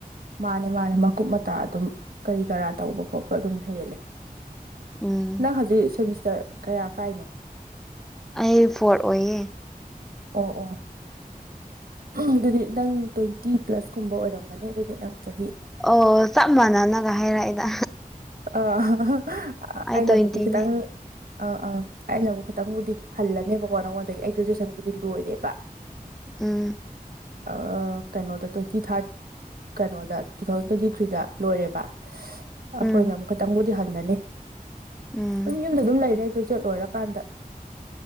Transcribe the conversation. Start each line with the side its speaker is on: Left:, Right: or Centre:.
Right: ꯃꯥꯅꯦ ꯃꯥꯅꯦ ꯃꯀꯨꯞ ꯃꯇꯥ ꯑꯗꯨꯝ ꯀꯔꯤ ꯀꯔꯥ ꯇꯧꯕ ꯈꯣꯠꯄ ꯑꯗꯨꯝ ꯍꯦꯜꯂꯦ
Centre: ꯎꯝ
Right: ꯅꯪ ꯍꯧꯖꯤꯛ ꯁꯦꯃꯤꯁꯇꯔ ꯀꯌꯥ ꯀꯥꯏꯅꯣ
Centre: ꯑꯩ ꯐꯣꯔꯠ ꯑꯣꯏꯌꯦ
Right: ꯑꯣ ꯑꯣ ꯑꯗꯨꯗꯤ ꯅꯪ ꯇ꯭ꯋꯦꯟꯇꯤ ꯄ꯭ꯂꯁꯀꯨꯝꯕ ꯑꯣꯏꯔꯝꯃꯅꯤ ꯑꯗꯨꯗꯤ ꯅꯪ ꯆꯍꯤ
Centre: ꯑꯣ ꯆꯞ ꯃꯥꯟꯅꯅꯒ ꯍꯥꯏꯔꯛꯑꯦꯗ
Right: ꯑꯥ <unintelligible> ꯑꯩꯅꯕꯨꯗꯤ
Centre: ꯇ꯭ꯋꯦꯟꯇꯤꯅꯦ
Right: ꯈꯤꯇꯪ ꯑꯥ ꯑꯥ ꯑꯩꯅꯕꯨ ꯈꯤꯇꯪꯕꯨꯗꯤ ꯍꯜꯂꯅꯦꯕꯀꯣ ꯅꯪꯉꯣꯟꯗꯒꯤ ꯑꯩ ꯒ꯭ꯔꯦꯖꯨꯋꯦꯁꯟꯕꯨꯗꯤ ꯂꯣꯏꯔꯦꯕ
Centre: ꯎꯝ
Right: ꯑꯥꯎꯑꯥ ꯀꯩꯅꯣꯗ ꯇ꯭ꯋꯦꯟꯇꯤ ꯐꯥꯏꯕ ꯀꯩꯅꯣꯗ ꯇꯨ ꯊꯥꯎꯖꯟ ꯇ꯭ꯋꯦꯟꯇꯤ ꯊ꯭ꯔꯤꯗ ꯂꯣꯏꯔꯦꯕ
Centre: ꯎꯝ
Right: ꯈꯣꯏꯅ ꯑꯃꯨꯛ ꯈꯇꯪꯕꯨꯗꯤ ꯍꯜꯂꯅꯤ
Centre: ꯎꯝ
Right: ꯑꯗꯨꯝ ꯌꯨꯝꯗ ꯑꯗꯨꯝ ꯂꯩꯔꯦ ꯒ꯭ꯔꯦꯖꯨꯋꯦꯠ ꯂꯣꯏꯔꯀꯥꯟꯗ